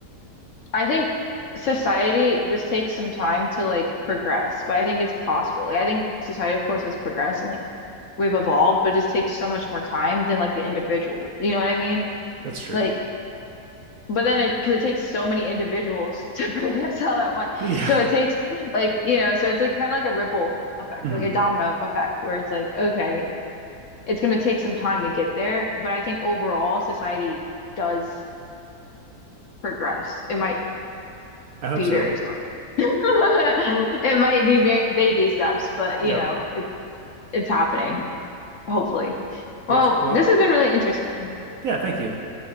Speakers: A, on the left (about 60°); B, on the right (about 60°).
A: I think society just takes some time to like progress, but I think it's possible. Like, I think society, of course, has progressed and like we've evolved, but it just takes so much more time than like the individual. You know what I mean?
B: That's true.
A: Like, but then it because it takes so many individuals <laughs> to progress all at once,
B: <laughs> Yeah.
A: so it takes like you know, so it's like kind of like a ripple effect,
B: hmm
A: like a domino effect, where it's like okay. it's going to take some time to get there, but I think overall society does progress. It might
B: I hope
A: be
B: so.
A: very slow. <laughs> It might be ba baby steps, but you
B: Yep.
A: know, it, it's happening, hopefully. Well,
B: Yeah. Well.
A: this has been really interesting.
B: Yeah. Thank you.